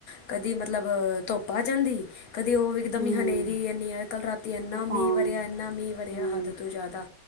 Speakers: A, on the left (about 70°); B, on the right (about 45°).
A: ਕਦੀ ਮਤਲਬ ਧੁੱਪ ਆ ਜਾ <unintelligible> ਕਦੇ ਉਹ ਇਕਦਮ
B: ਹੂੰ
A: ਹੀ ਹਨੇਰੀ ਹੈਨੀ ਕੱਲ੍ਹ ਰਾਤੀ ਇੰਨਾ
B: ਤੂਫਾਨ
A: ਮੀਂਹ ਵਰਿਆ ਇੰਨਾ ਮੀਂਹ ਵਰਿਆ
B: ਹੂੰ
A: ਹੱਦ ਤ ਤੋਂ ਜ਼ਿਆਦਾ